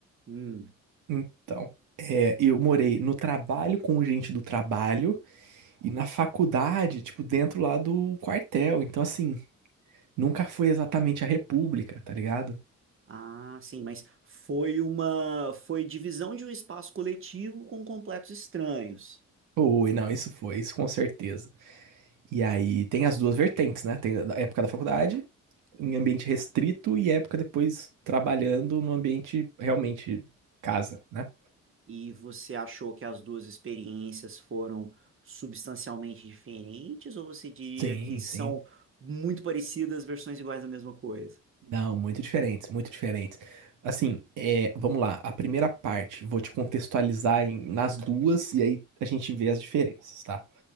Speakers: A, on the right; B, on the right.
A: Hum.
B: Então, é, eu morei no trabalho com gente do trabalho e na faculdade, tipo, dentro lá do quartel. Então, assim, nunca foi exatamente a república, tá ligado?
A: Ah, sim, mas foi uma, foi divisão de um espaço coletivo com completos estranhos.
B: Foi, não, isso foi, isso com certeza. E aí tem as duas vertentes, né? Tem a época da faculdade, em ambiente restrito, e época depois trabalhando no ambiente realmente casa, né?
A: E você achou que as duas experiências foram substancialmente diferentes, ou você diria
B: Sim,
A: que são
B: sim.
A: muito parecidas, versões iguais da mesma coisa?
B: Não, muito diferentes, muito diferentes. Assim, é, vamos lá. A primeira parte, vou te contextualizar em- nas duas e aí a gente vê as diferenças, tá?